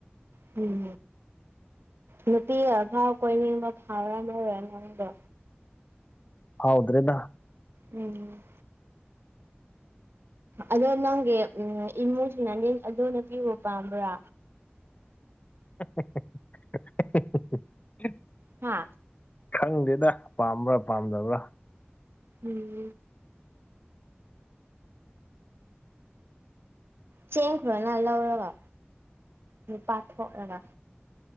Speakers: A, on the right; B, on the left.
A: ꯍꯨꯝ ꯅꯨꯄꯤ ꯑꯚꯥꯎ ꯀꯣꯏꯅꯤꯡꯕ ꯐꯥꯎꯔ ꯑꯃꯔ ꯅꯗꯣ
B: ꯍꯥꯎꯗ꯭ꯔꯦꯅ
A: ꯎꯝ ꯑꯗꯣ ꯅꯪꯒꯤ ꯎ ꯏꯃꯨꯡꯁꯤꯡꯅꯅꯦ ꯑꯗꯣꯅ ꯄꯤꯕ ꯄꯥꯝꯕ꯭ꯔꯥ
B: <inaudible>
A: ꯍꯥ
B: ꯈꯪꯗꯦꯗ ꯄꯥꯝꯕ꯭ꯔꯥ ꯄꯥꯝꯗꯕ꯭ꯔꯥ
A: ꯎꯝ ꯆꯦꯡꯈꯨꯔꯅ ꯂꯧꯔꯒ ꯅꯨꯄꯥ ꯊꯣꯛꯂꯒ